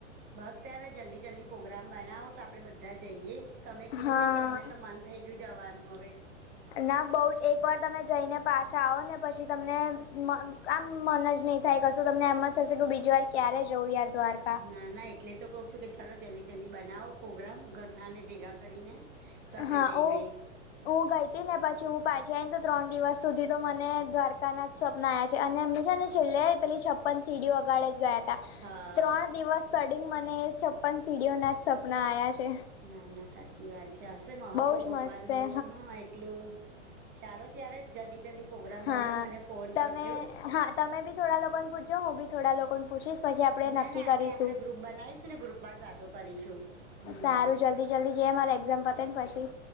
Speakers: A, on the right; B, on the left.
A: બસ ત્યારે, જલ્દી-જલ્દી પોગ્રામ બનાવો તો, આપણે બધા જઈએ. તમે કીધું
B: હા
A: ને, તમને તો મન થઈ ગયું, જવાનું હવે.
B: ના, બહુ જ એકવાર તમે જઈને પાછા આવો ને, પછી તમને મ આમ મન જ નહી થાય, કશું તમને એમ જ થશે કે, બીજી વાર ક્યારે જવું યાર દ્વારકા.
A: ના, ના એટલે કવ છું, ચાલો જલ્દી-જલ્દી બનાવો, પ્રોગ્રામ ઘરનાને ભેગા કરીને. તો આપડે
B: હા,
A: જઈએ
B: ઓ. હું ગઈ હતી ને, પછી હું પાછી આવીઈને, ત્રણ દિવસ સુધી તો મને દ્વારકા ના. સપના આ છે, અને એમ છે ને, છેલ્લે પેલી છપ્પન સીડીઓ અગાડ જ ગયા હતા.
A: હા
B: ત્રણ દિવસ સડીંગ, મને છપ્પન સીડીઓના જ સપના આવ્યા છે.
A: ના, ના સાચી વાત છે, હશે, મહત્વ
B: બહુ જ
A: ભગવાન.
B: મસ્ત છે
A: હા, એટલું. ચાલો, ત્યારે જલ્દી-જલ્દી પ્રોગ્રામ
B: હા
A: બનાવીને, મને ફોન
B: તમે
A: કરજો.
B: હા તમે બી થોડા લોકોને પૂછજો, હું બી થોડા લોકોને પૂછીશ. પછી આપણે
A: ના,
B: નક્કી
A: ના આપણે
B: કરીશું
A: આપડણે ગ્રુપ બનાવીશું ને, ગ્રુપમાં જ વાતો કરીશું. હમ
B: સારું, જલ્દી-જલ્દી જઈ, મારે એક્ઝામ પતે ને પછી